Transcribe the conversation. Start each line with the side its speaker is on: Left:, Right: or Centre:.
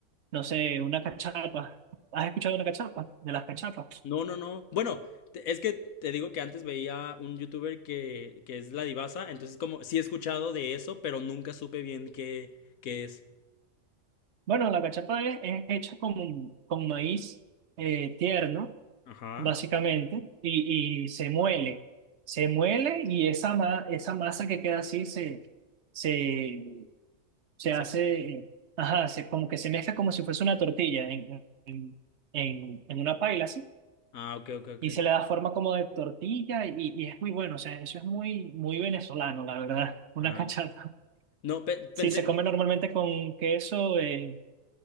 Right: no sé, una cachapa. ¿Has escuchado una cachapa? De las cachapas.
Left: No, no, no. Bueno, te- es que te digo que antes veía un youtuber que, que es La divasa. entonces como sí he escuchado de eso, pero nunca supe bien qué, qué es.
Right: Bueno, la cachapa es, es hecha con, con maíz eh, tierno
Left: Ajá.
Right: básicamente, y, y se muele. Se muele y esa, ma- esa masa que queda así se, se, se
Left: Exacto.
Right: hace, eh, ajá, se, como que se mezcla como si fuese una tortilla en, en, en, en una paila, así,
Left: Ah, ok, ok, ok.
Right: y se le da forma como de tortilla y, y es muy bueno, o sea, eso es muy, muy venezolano, la verdad, una
Left: Ah,
Right: <laughs> cachapa.
Left: no, pe-
Right: Sí,
Left: pensé.
Right: se come normalmente con queso, eh,